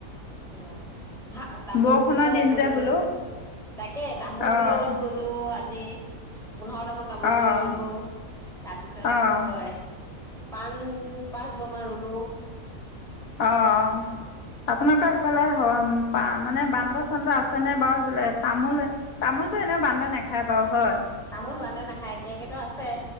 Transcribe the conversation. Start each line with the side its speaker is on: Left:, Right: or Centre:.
Centre: অঁ হা তামোল
Left: বৰষুণৰ
Centre: পুলি অলপ
Left: দিন যে
Centre: ৰুলো
Left: বোলো।
Centre: তাকে তামোল
Left: অ',
Centre: পুলি অলপ ৰুলো আজি পোন্ধৰটামান তামোল
Left: অ',
Centre: পুলি ৰুলো তাৰপিছত
Left: অ',
Centre: আকৌ পাণ পাঁচ জোপা মান ৰুলো
Left: অঁ আপোনালোকৰ সেইফালে মানে বান্দৰ চান্দৰ আছে নে বাৰু এইবোলে তামোল তামোলতটো এনেও বান্দৰ নেখায় বাৰু হয়?
Centre: তামল বান্ধৰ নাখায় কেৰ্কেটুৱা আছে